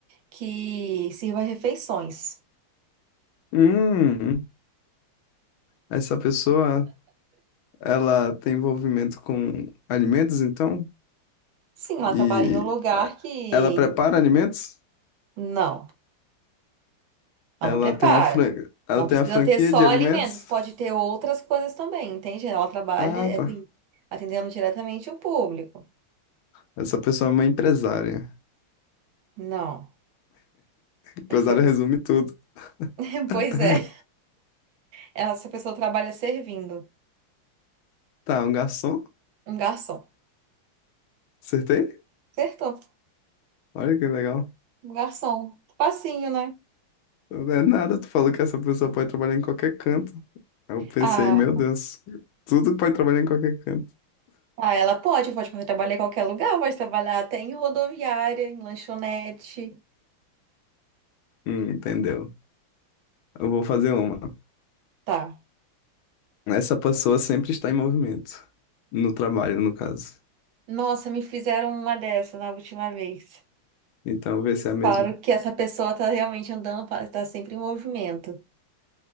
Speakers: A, on the right (about 75°); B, on the left (about 75°).
A: que sirva refeições.
B: Hum, essa pessoa Ela tem envolvimento com alimentos, então?
A: Sim, ela
B: E
A: trabalha em um lugar
B: eh,
A: que
B: ela prepara alimentos?
A: não. Ela
B: Ela
A: não prepara.
B: tem uma fran... ela
A: Não
B: tem
A: precisa
B: uma franquia
A: ter só
B: de alimentos?
A: alimentos, pode ter outras coisas também, entende? Ela trabalha
B: Ah,
A: é,
B: tá.
A: assim, atendendo diretamente o público.
B: Essa pessoa é uma empresária.
A: Não.
B: Empresária
A: Essa pessoa...
B: resume tudo.
A: <laughs>
B: <laughs>
A: Pois é, essa pessoa trabalha servindo.
B: Tá, um garçom?
A: Um garçom.
B: Acertei?
A: Acertou.
B: Olha que legal.
A: Um garçom. Facinho, né?
B: Não é nada, tu falou que essa pessoa pode trabalhar em qualquer canto. Aí Eu pensei,
A: Ah,
B: meu Deus, tudo pode trabalhar em qualquer canto.
A: ah, ela pode, pode trabalhar em qualquer lugar, pode trabalhar até em rodoviária, em lanchonete.
B: Hum, entendeu? Eu vou fazer uma.
A: Tá.
B: Essa pessoa sempre está em movimento. No trabalho, no caso.
A: Nossa, me fizeram uma dessa na última vez.
B: Então, vê se é mesmo.
A: Claro que essa pessoa tá realmente andando, tá sempre em movimento.